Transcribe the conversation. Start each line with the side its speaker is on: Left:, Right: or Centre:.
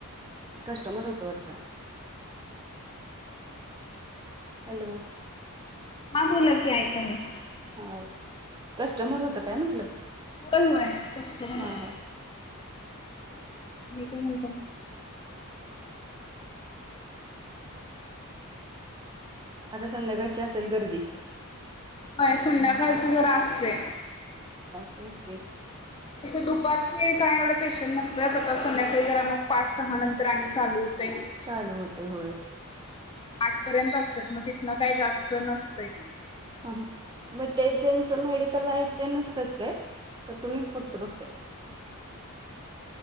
Right: कस्टमर होतो आता. हॅलो.
Left: मा बोल की ऐककाले
Right: ह कस्टमर होतं काय म्हटलं
Left: पुड आहे तसतणत
Right: हां हां
Left: मी तर म्हणत
Right: आता संध्याकाळची असेल गर्दी
Left: होय संध्याकाळच जरा असते
Right: तेस का.
Left: दुपारचे काय एवढं पेशंट नसतच आता संध्याकाळी जरा मग पाच सहा नंतर आणि चालू होते
Right: चालू होते होय.
Left: आठपर्यंत असतात मग तिथनं काही जास्त नसतंय
Right: ह हा मग ते ज्यांचं मेडिकल आहे ते नसतात काय का तुम्हीच फक्त बघताय